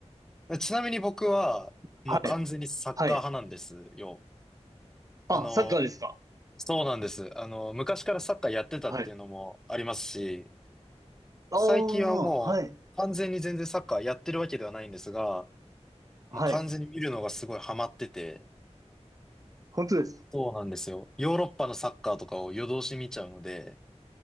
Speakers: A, in the centre; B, on the right.
A: ちなみに僕は、もう完全にサッカー派なんですよ。
B: はい。はい。
A: あの、
B: あ、サッカーですか
A: そうなんです。あの、昔からサッカーやってたっていうのもありますし、
B: はい。ああ、
A: 最近はもう完全に全然サッカーやってるわけではないんですが、
B: はい。はい。
A: もう完全に見るのがすごいハマってて、
B: 本当ですか
A: そうなんですよ。ヨーロッパのサッカーとかを夜通し見ちゃうので、